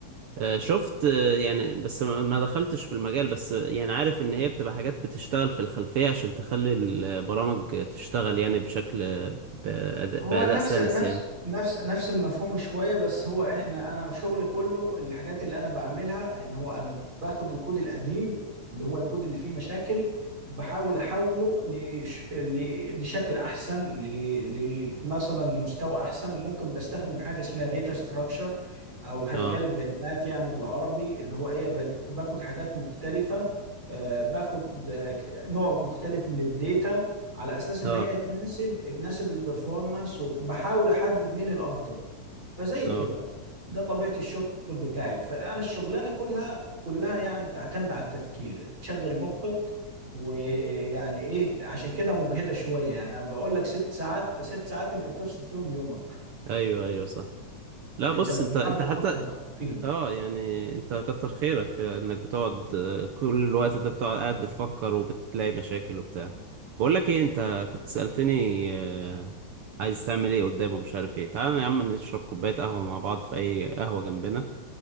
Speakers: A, on the right; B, on the right.
A: آه، شفت آه، يعني بس ما ما دخلتش في المجال بس آه، يعني عارف ان هي بتبقى حاجات بتشتغل في الخلفية عشان تخلي البرامج تشتغل يعني بشكل آه، بأداء,
B: هو
A: بأداء
B: نفس
A: سلس
B: نفس
A: يعني
B: نفس نفس المفهوم شوية بس هو احنا انا شغلي كله الحاجات اللي انا بعملها ان هو انا باخد الكود القديم اللي هو الكود اللي فيه مشاكل بحاول احوله لش... ل... لشكل احسن ل... لمثلا مستوى احسن ممكن بستخدم حاجة اسمها داتا ستراكشر او هيكلة
A: اه
B: بيانات يعني بالعربي اللي هو ايه بج- باخد حاجات مختلفة آه، باخد آه، ك- نوع مختلف من الداتا على اساس ان
A: اه
B: هي تناسب تناسب البرفورمانس وبحاول احدد مين الافضل فزي
A: اه
B: كده ده طبيعة الشغل بتاعي فانا الشغلانة كلها كلها يعني بتعتمد على التفكير تشغل مخك ويعني ايه عشان كده مجهدة شوية يعني أنا بقول لك ست ساعات ست ساعات انت بتفصل فيهم يومك
A: ايوه ايوه صح لا
B: انت
A: بص
B: مش
A: انت
B: هتعرف
A: انت حتى
B: تفكر فيهم
A: اه يعني انت كتر خيرك آه، انك بتقعد آه، كل الوقت ده بتقعد قاعد بتفكر وبتلاقي مشاكل وبتاع بقول لك ايه انت كنت سألتني آه، عايز تعمل ايه قدام ومش عارف ايه تعالى يا عم نشرب كوباية قهوة مع بعض في اي قهوة جنبنا